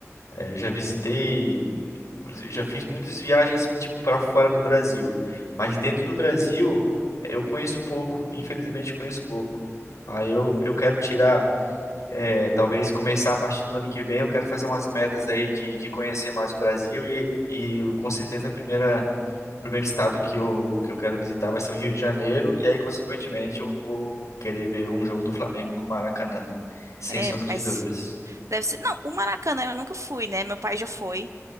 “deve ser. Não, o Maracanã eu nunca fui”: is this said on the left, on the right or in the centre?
Right